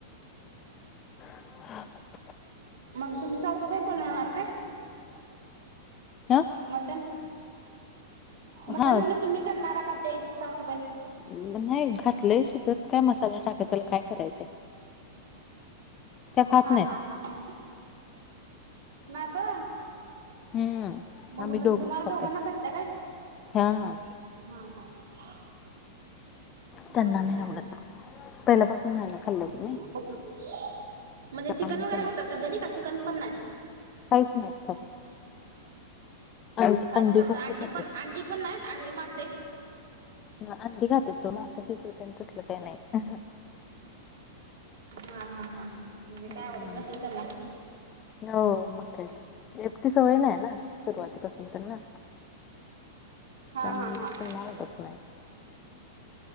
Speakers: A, on the left; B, on the right.
A: <inaudible>
B: मग तुमची सासूबाई बनवणार काय?
A: हा?
B: मटण मटण
A: हा
B: म्हणलं तुम्ही करणारा का ते सासुबाई?
A: नाही घातलंय शिजत काय मसाला टाकत त्याला काय करायचंय. त्या खात
B: हा
A: नाहीत.
B: हा हा हा. ना तो
A: हम्म.
B: मग
A: आम्ही
B: म्हणजे
A: दोघच
B: तुम्हाला
A: खातोय
B: दोघांना करता काय?
A: हा हा
B: हा हा हा हा
A: त्यांना
B: मग
A: नाही
B: काय
A: आवडत. पहिल्यापासून नाही ना खाल्लं त्यांनी
B: मग म्हणजे
A: त्यामुळे
B: चिकन वगैरे
A: त्यांनी
B: खातात का तेनी का चिकन पण नाही?
A: काहीच नाहीत खात. अंडी
B: कायच खात
A: फक्त
B: नाही अंडी
A: खात्यात.
B: पण अंडी पण नाहीत अंडी, मासे
A: नाही अंडी घातात ते मासे फिसे तेन तसलं काय नाही
B: हा हा हा हा म्हणजे काय
A: हम्
B: आवडत नसेल त्यांना.
A: हो मग काह तर एक ती सवय नाही आहे ना सुरुवातीपासून त्यांना
B: हा
A: त्यामुळे
B: हा
A: मग
B: हा
A: त्यांना
B: ह
A: आवडत
B: ह
A: नाही.